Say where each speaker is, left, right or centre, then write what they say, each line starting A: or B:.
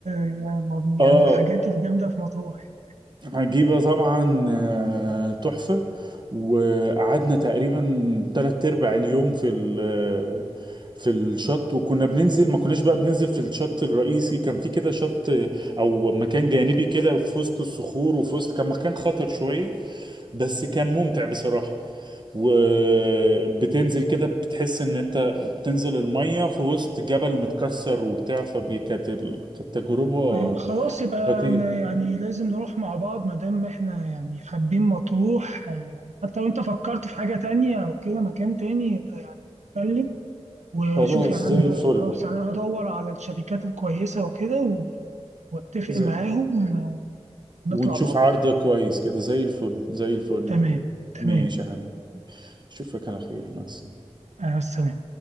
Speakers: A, on the right (about 85°); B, on the right (about 40°).
A: يعني م- يعني
B: اه
A: من الحاجات الجامده في مطروح
B: عجيبة طبعا آه، تحفة وقعدنا تقريبا تلات أرباع اليوم في ال آه، في الشط وكنا بننزل ما كناش بقى بننزل في الشط الرئيسي كان في كده شط آه، أو مكان جانبي كده في وسط الصخور وفي وسط كان مكان خطر شوية بس كان ممتع بصراحة وبتنزل كده بتحس ان انت بتنزل المية في وسط جبل متكسر وبتاع فكانت كانت تجربة
A: يعني. آه، خلاص يبقى
B: خطيرة
A: أنا يعني لازم نروح مع بعض ما دام احنا يعني حابين مطروح آه، يعني حتى لو انت فكرت في حاجه تانية او كده مكان تاني يبقى يعني اتكلم وشوف
B: خلاص
A: يعني انا
B: زي الفل
A: خلاص يعني انا هدور على الشركات الكويسه وكده و- واتفق معاهم
B: زي
A: ونطلع
B: ونشوف
A: مع بعض
B: عرض كويس كده زي الفل زي الفل
A: تمام
B: يا حبيبي
A: تمام
B: ماشي يا حبيبي اشوفك على خير مع السلامة
A: مع السلامة